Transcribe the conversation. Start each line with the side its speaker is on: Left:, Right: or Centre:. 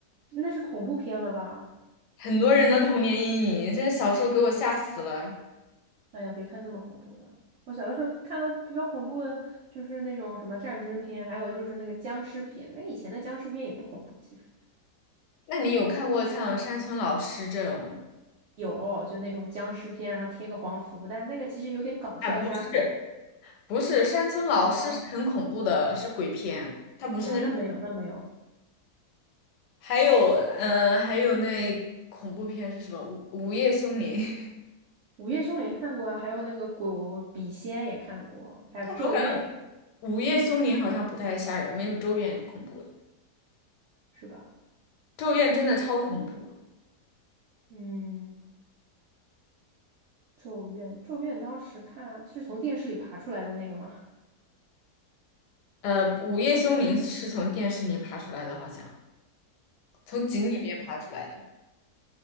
Right: 那是恐怖片了吧？
Left: 很多人的童年阴影，这小时候给我吓死了。
Right: 哎呀，别看这么恐怖的。我小的时候看的比较恐怖的，就是那种什么战争片，还有就是那个僵尸片。那以前的僵尸片也不恐怖，其实
Left: 那你有看过像山村老师这种吗？
Right: 有就那种僵尸片，然后贴个黄符，但那个其实有点搞笑加恐怖
Left: 啊，不是，不是，山村老师是很恐怖的，
Right: 啊
Left: 是鬼片，它不是那。
Right: 啊，那没有那没有，
Left: 还有，嗯、还有那恐怖片是什么？午午夜凶铃。<laughs>
Right: 《午夜凶铃》看过啊，还有那个鬼笔仙也看过，还有《咒怨》也看，
Left: 但我感觉午夜凶铃好像不太吓人，没有咒怨恐怖。
Right: 是吧？
Left: 咒怨真的超恐怖。
Right: 嗯，《咒怨》《咒怨》当时看就是从电视里爬出来的那个嘛，
Left: 呃，午夜凶铃是从电视里爬出来的，好像从井里面爬出来的。
Right: 嗯，